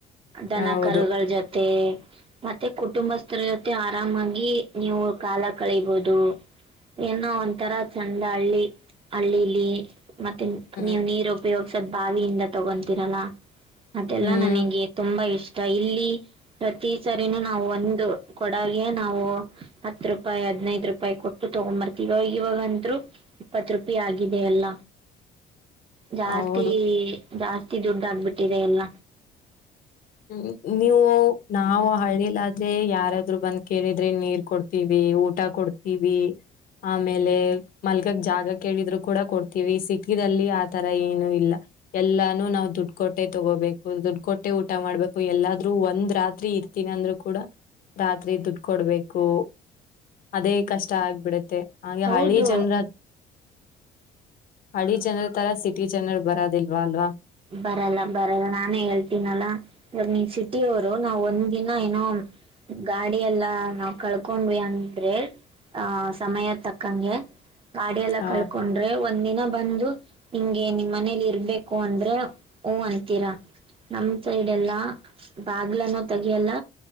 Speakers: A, on the right; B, on the left.
A: ದನ
B: ಹೌದು
A: ಕರುಗಳ ಜೊತೆ ಮತ್ತೆ ಕುಟುಂಬಸ್ ಸ್ಥರ್ ಜೊತೆ ಆರಾಮಾಗಿ ನೀವು ಕಾಲ ಕಳಿಬೋದು ಏನೋ ಒಂತರ ಚಂದ ಹಳ್ಳಿ ಹಳ್ಳಿಲಿ ಮತ್ತೆ
B: ಹ್ಮ್
A: ನೀವು ನೀರು ಉಪಯೋಗ್ ಸದ್ ಬಾವಿಯಿಂದ ತಗೊಂತೀರಲ್ಲ ಅದೆಲ್ಲಾ
B: ಹ್ಮ್
A: ನನಗೆ ತುಂಬಾ ಇಷ್ ಇಲ್ಲಿ ಪ್ರತಿ ಸರಿನೂ ನಾವು ಒಂದು ಕೊಡಗೆ ನಾವು ಹತ್ ರೂಪಾಯಿ ಹದ್ನೈದು ರೂಪಾಯಿ ಕೊಟ್ಟು ತಗೊಂಬರ್ತಿವಿ ಇವಾಗ ಇವಾಗಂದ್ರು ಇಪ್ಪತ್ ರೂಪಾಯಿ ಆಗಿದೆ ಎಲ್ಲ. ಜಾಸ್ತಿ
B: ಹೌದು.
A: ಜಾಸ್ತಿ ದುಡ್ಡ ಆಗ್ಬಿಟ್ಟಿದೆ ಎಲ್ಲ.
B: ಹ್ಮ್ ನೀವು ನಾವು ಹಳ್ಳಿಲ್ಲಾದ್ ಅದೆ ಯಾರಾದ್ರು ಬಂದ್ ಕೇಳಿದ್ರೆ ನೀರ್ ಕೊಡ್ತೀವಿ ಊಟ ಕೊಡ್ ವಿ ಆಮೇಲೆ ಮಲ್ಗಕ್ ಜಾಗ ಕೇಳಿದ್ರು ಕೂಡ ಕೊಡ್ತೀವಿ ಸಿಟಿದಲ್ಲಿ ಆ ತರ ಏನು ಇಲ್ಲ ಎಲ್ಲಾನು ನಾವ್ ದುಡ್ ಕೊಟ್ಟೆ ತಗೋಬೇಕು ದುಡ್ ಕೊಟ್ಟೆ ಊಟ ಮಾಡ್ಬೇಕು ಎಲ್ಲಾದ್ರೂ ಒಂದ್ ರಾತ್ರಿ ಇರ್ತೀನಿ ಅಂದ್ರರು ಕೂಡ ರಾತ್ರಿ ದುಡ್ ಕೊಡ್ಬೇಕು ಅದೇ ಕಷ್ಟ ಆಗ್ಬಿಡತ್ತೆ ಹಾಗೆ
A: ಹೌದು
B: ಹಳ್ಳಿ ಜನ್ರ ಅಡಿ ಜನರ ತರ ಸಿಟಿ ಜನರು ಬರೋದಿಲ್ವಾ ಅಲ್ವಾ
A: ಬರಲ್ಲ ಬರಲ್ಲ ನಾನೇ ಹೇಳ್ತೀನಲ್ಲ ಇವಾಗ ನಿನ್ ಸಿಟಿ ಅವರು ನಾವ್ ಒಂದ ದಿನ ಏನೋ ಗಾಡಿ ಎಲ್ಲಾ ನಾವ್ ಕಳ್ಕೊೊಂಡ್ವಿ ಅಂದ್ರೆ ಆಹ ಸಮಯ ತಕ್ಕಂಗೆ ಗಾಡಿ ಎಲ್ಲ
B: ಹ
A: ಕಳ್ಕೊಂಡ್ರೆ ಒಂದ್ ದಿನ ಬಂದು ಇಂಗೆ ನಿಮ್ ಮನೇಲಿ ಇರ್ಬೇಕು ಅಂದ್ರೆ ಮ ಹೂ ಅಂತೀರ ನಮ ಸೈಡ್ ಎಲ್ಲಾ ಬಾಗ್ಲನುೂ ತಗಿಯಲ್ಲ